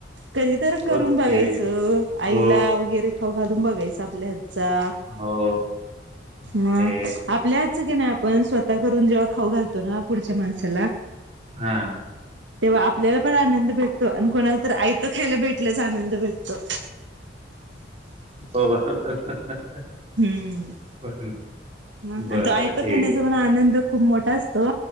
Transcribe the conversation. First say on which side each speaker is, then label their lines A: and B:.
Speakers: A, on the right; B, on the right.
A: कधी तर करून
B: ओके
A: बघायचं आईला
B: हो
A: वगैरे. हाव घालून बघायचा आपल्या हातचा
B: हो.
A: ह
B: हे
A: आपल्याच की नाही आपण स्वतः करून जेव्हा खाऊ घालतो ना पुढच्या माणसाला
B: हां
A: तेव्हा आपल्याला पण आनंद भेटतो आणि कोणाला तर आयतं खायला भेटल्याच आनंद भेटतो.
B: हो <unintelligible>
A: हम्म
B: हो
A: मग आणि
B: बरं
A: तो आयत
B: ते.
A: खाण्याचा आनंद खूप मोठा असतो